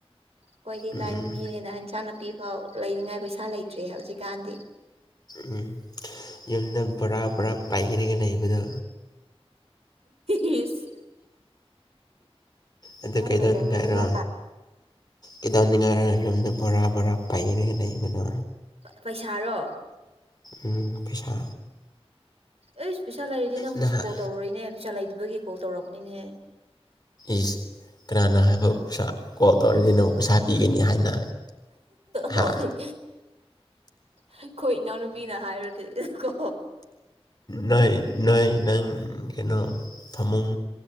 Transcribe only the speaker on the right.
ꯑꯩꯈꯣꯏꯗꯤ
ꯂꯥꯏꯕ ꯃꯤꯅꯤꯅ ꯏꯟꯁꯥꯡ ꯅꯥꯄꯤ ꯐꯥꯎ ꯂꯩꯅꯤꯡꯉꯥꯏ ꯄꯩꯁꯥ ꯂꯩꯇ꯭ꯔꯦ ꯍꯧꯖꯤꯛꯀꯥꯟꯗꯤ
ꯎꯤꯁ
ꯅꯪ
ꯂꯩꯔꯝꯒꯅꯤꯗ
ꯄꯩꯁꯥꯔꯣ
ꯑꯩ ꯄꯩꯁꯥ ꯂꯩꯔꯗꯤ ꯅꯪꯕꯨꯁꯨ
ꯀꯣꯜ ꯇꯧꯔꯣꯏꯅꯦ ꯄꯩꯁꯥ ꯂꯩꯗꯕꯒꯤ ꯀꯣꯜ ꯇꯧꯔꯛꯄꯅꯤꯅꯦ꯫
ꯍꯣꯏ ꯑꯩꯈꯣꯏ ꯏꯅꯥꯎꯅꯨꯄꯤꯅ ꯍꯥꯏꯔꯨꯗꯤ ꯀꯣ